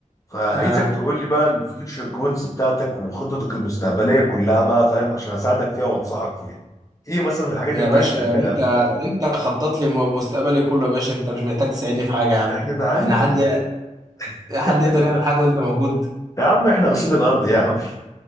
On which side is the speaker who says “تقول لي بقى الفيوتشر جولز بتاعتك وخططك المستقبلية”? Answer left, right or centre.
Left